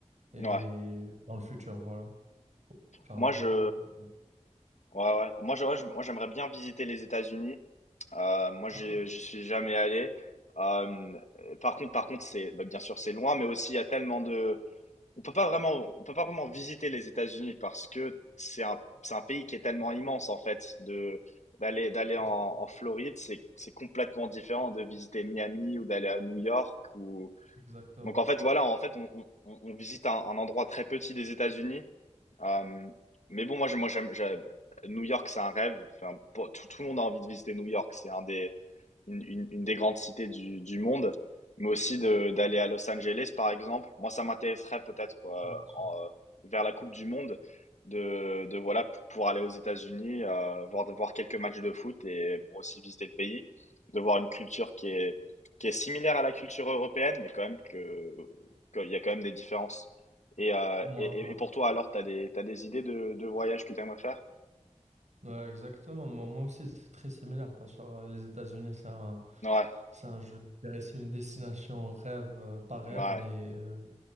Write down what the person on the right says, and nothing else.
et
dans le futur, voilà. Genre
des,
des, des-
Ah, ok.
exactement,
exactement.
Bien sûr.
Ouais,
ouais.
Ouais, exactement. Moi, moi aussi, c'est très similaire. Bien sûr, euh, les États-Unis, c'est un,
c'est un, je dirais, c'est une destination rêve, euh, pas rêve,
mais euh,